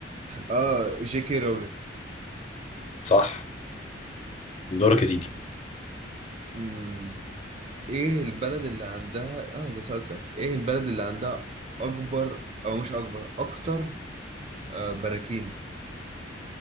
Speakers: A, on the right; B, on the left.
A: اه جي كي رولينج
B: صح دورك يا سيدي
A: أمم، ايه البلد اللي عندها اه ده سؤال سهل ايه البلد اللي عندها اكبر او مش اكبر اكتر آه براكين